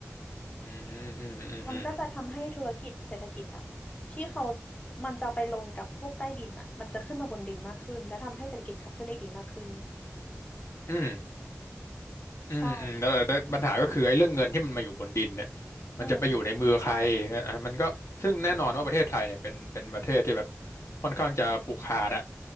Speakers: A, on the left (about 70°); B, on the left (about 25°).
A: อืมอืมอืมอืม
B: มันก็จะทำให้ธุรกิจเศรษฐกิจอะที่เขามันจะไปลงกับพวกใต้ดินอะมันจะขึ้นมาบนดินมากขึ้นและทำให้เศรษฐกิจขับเคลื่อนได้ดีมากขึ้น
A: อืมอืมอืมแล้วแล้วปัญหาก็คือไอ้เรื่องเงินที่มันมาอยู่บนดินเนี่ย
B: ใช่
A: มันจะไปอยู่ในมือใครอ่ะมันก็ซึ่งแน่นอนว่าประเทศไทยเนี่ยเป็นเป็นประเทศที่แบบ
B: อืม
A: ค่อนข้างจะผูกขาดอะ